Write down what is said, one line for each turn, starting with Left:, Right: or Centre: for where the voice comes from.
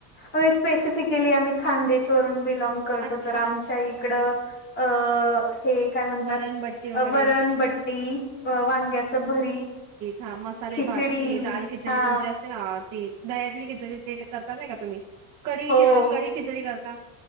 Left: आम्ही स्पेसिफिकली आम्ही खानदेशवरून बिलॉग करतो,
Right: अच्छा
Left: तर आमच्या इकडं अ हे काय म्हणतात
Right: वरणबट्टी वगैरे
Left: वरणबट्टी, वांग्याचं भरीत
Right: हा मसाले
Left: खिचडी
Right: भात, ती दाल खिचडी
Left: हा
Right: तुमची असते ना ती दह्यातली खिचडी ते करतात नाय का तुम्ही कडी
Left: हो
Right: कडी खिचडी करता